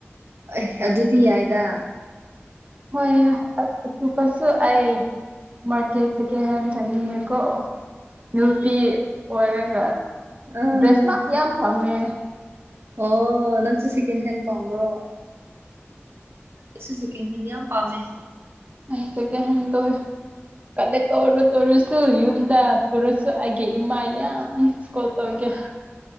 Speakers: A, on the right; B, on the right.
A: ꯑꯩ ꯑꯗꯨꯗꯤ ꯌꯥꯏꯗ
B: ꯍꯣꯏ ꯑꯗꯨꯀꯁꯨ ꯑꯩ ꯃꯥꯔꯀꯦꯠ ꯁꯦꯀꯦꯟ ꯍꯦꯟ ꯆꯠꯅꯤꯡꯉꯦꯀꯣ ꯅꯨꯄꯤ ꯑꯣꯏꯔꯒ
A: ꯑꯥ
B: ꯗ꯭ꯔꯦꯁ ꯃꯛ ꯌꯥꯝ ꯐꯝꯃꯦ
A: ꯑꯣ ꯅꯪꯁꯨ ꯁꯦꯀꯦꯟ ꯍꯦꯟ ꯄꯥꯝꯕ꯭ꯔꯣ ꯑꯩꯁꯨ ꯁꯦꯀꯦꯟ ꯍꯦꯟ ꯌꯥꯝ ꯄꯥꯝꯃꯦ
B: ꯑꯩ ꯁꯦꯀꯦꯟ ꯍꯦꯟ ꯇꯧꯋꯦ ꯀꯜꯂꯦ ꯇꯧꯔꯣ ꯇꯧꯔꯨꯁꯨ ꯌꯨꯝꯗ ꯄꯨꯔꯁꯨ ꯑꯩꯒꯤ ꯏꯃꯥ ꯌꯥꯝ ꯀꯣꯜ ꯇꯕꯒꯦ